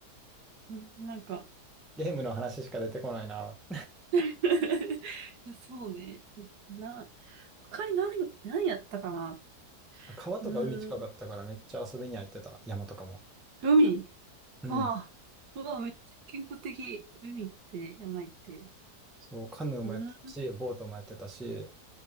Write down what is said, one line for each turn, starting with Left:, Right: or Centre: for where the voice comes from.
Right: うんなんか
Centre: ゲームの話しか出てこないな。
Right: <laughs> いや、そうね。な、他に何、何やったかな。
Centre: 川とか海近かったからめっちゃ遊びには行ってた。
Right: うーん。
Centre: 山とかも。
Right: 海。
Centre: うん。
Right: ああ。うわめっちゃ健康的。海って、山行って。
Centre: そう、カヌーもやってたし、
Right: うーん。
Centre: ボートもやってたし、